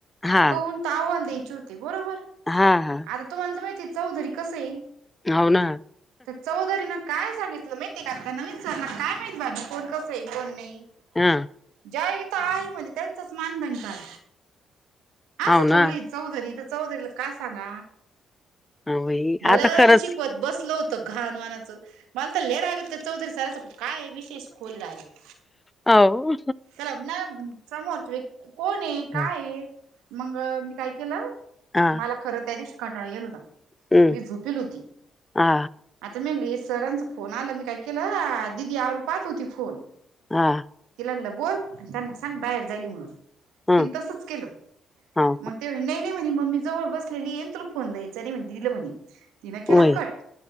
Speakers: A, on the left; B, on the right.
A: हा
B: काहुन तर अहवाल द्यायची होती बरोबर.
A: हा हा.
B: आता तुम्हाला तर माहितीये चौधरी कसं आहे,
A: हाव ना
B: तर चौधरी ना काय सांगितलं माहिती आहे का? आता नवीन सरना काय माहित भाभी कोण कसं आहे, कोण नाही.
A: हा.
B: ज्या <unintelligible> इथं आहे म्हणे त्यांचंच मानधन करा.
A: हाव
B: असं
A: ना
B: बोलनंय चौधरी इथं चौधरीला काय सांगा
A: हा बाई
B: भलं
A: आता खरंच
B: शिकवत बसलं होतं घाण वाणाचं. मला तर लई राग येतो त्या चौधरी सराचा, पण काय विशेष खोले डायरेक्ट.
A: हो
B: त्यालाब ना समोरची व्यक् कोण आहे काय
A: हं,
B: आहे. मंग अ... मी काय केलं,
A: हा
B: मला खरं त्या दिवशी कटाळा येईल होता.
A: हम्म
B: मी झोपेल होती,
A: हा
B: आता म्या <unintelligible> ये सरांचा फोन आला मी काय केलं आ दिदी आरू पाहत होती फोन,
A: हा
B: तिला म्हणलं बोल आणि त्यांना सांग बाहेर जाईली म्हणून,
A: हा
B: तिनी तसंच केलं.
A: हाव
B: मग
A: का
B: ते नाही नाही म्हणे मग ममी जवळ बसलेली येन तुला फोन द्यायच नाही म्हणती दिलं म्हणे. तिनं केला
A: व्हय
B: कट.